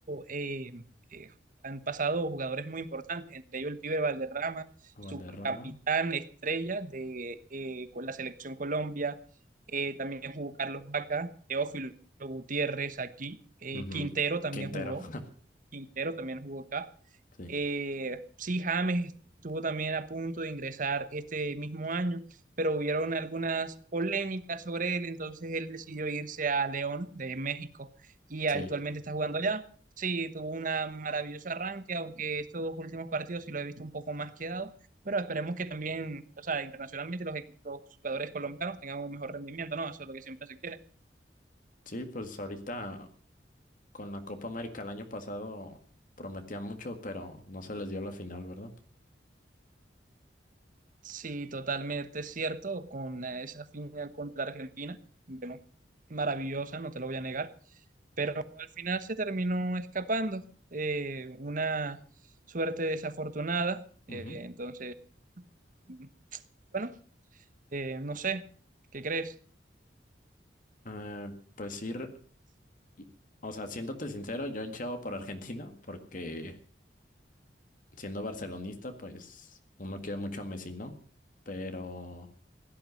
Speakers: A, on the right (about 50°); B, on the left (about 50°).
A: eh, eh, han pasado jugadores muy importantes, entre ellos el Pibe Valderrama, su
B: Valderrama.
A: capitán estrella de eh, con la selección Colombia, eh, también jugó Carlos Vaca, Teófilo Gutiérrez aquí, eh,
B: Ujú.
A: Quintero también
B: Quintero.
A: jugó,
B: <laughs>
A: Quintero también jugó acá,
B: Sí,
A: eh, sí, James estuvo también a punto de ingresar este mismo año, pero hubieron algunas polémicas sobre él, entonces él decidió irse a León de México y actualmente
B: sí.
A: está jugando allá. Sí, tuvo una maravilloso arranque, aunque estos últimos partidos sí lo he visto un poco más quedado, pero esperemos que también, o sea, internacionalmente los, equi- los jugadores colombianos tengan un mejor rendimiento, ¿no? Eso es lo que siempre se quiere.
B: Sí, pues ahorita con la Copa América el año pasado prometía mucho, pero no se les dio la final, ¿verdad?
A: Sí, totalmente cierto, con esa final contra Argentina, bueno, maravillosa, no te lo voy a negar. Al final se terminó escapando, eh, una suerte desafortunada, eh,
B: Ujú.
A: entonces, mm, bueno, eh, no sé, ¿qué crees?
B: Eh, pues ir y- o sea, siéndote sincero, yo hinchaba por Argentina porque siendo barcelonista, pues uno quiere mucho a Messi, ¿no? Pero